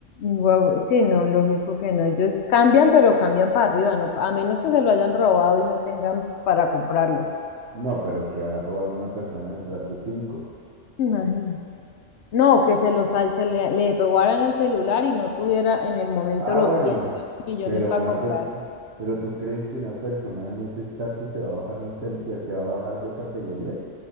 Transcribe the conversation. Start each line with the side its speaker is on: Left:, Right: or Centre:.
Left: Guau, sí, no, lógico que no. Ellos cambian, pero cambian para arriba, ¿no? A menos que se lo hayan robado y no tengan para comprarlo.
Right: No, pero que va a robar una persona de estrato 5?
Left: Imagínate. No, que se los al- se le, le robaran el celular y no tuviera en el momento
Right: Ah,
Left: los
Right: bueno,
Left: cien millones
Right: pero
Left: para
Right: una
Left: comprar.
Right: per- pero ¿tú crees que una persona en ese estatus se va a bajar a un cel- de, se va a bajar de categoría?